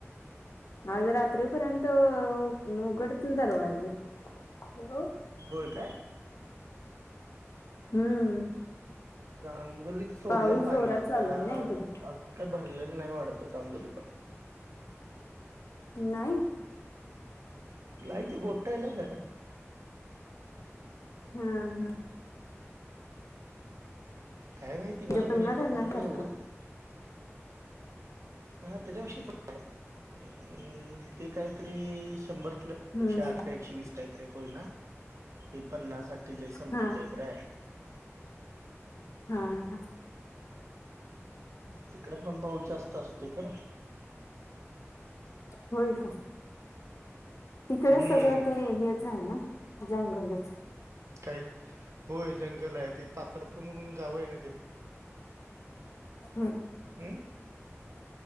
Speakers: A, on the left; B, on the right.
A: आज रात्रीपर्यंत मूघड तील दरवाजे, हो.
B: होय काय?
A: हम्म
B: चांदोलीत सोडलेय
A: पाऊस
B: पाणी
A: जोरात
B: आता
A: चालू आहे ना इकडे
B: अजून काय भरलेलं नाही वाडत चांदोली पण,
A: नाही.
B: लाईट बोटायला धरा,
A: हम्म हम.
B: काय माहिती मला
A: जे पैना
B: पण इकडं
A: धरणासारखं
B: माहित नाही एवढं, हा त्याच्या विषयी अम् ते काहीतरी शंभर प्लसशे,
A: हम्म
B: आठ
A: हम्म.
B: का एकशे वीस कायतरी कोयना, हे पन्नास अट अठ्ठेचाळीस समथिंग
A: हा
B: काहीतर हाय.
A: हा हा
B: तिकड पण पाऊस जास्त असतोय खरं.
A: होय का तिकड
B: हम्म
A: सगळं ते हेच आहे ना जंगलच.
B: काही ते होय जंगल आहे ते पातरपुन म्हनून गाव आहे ना ति
A: हम्
B: हम्म?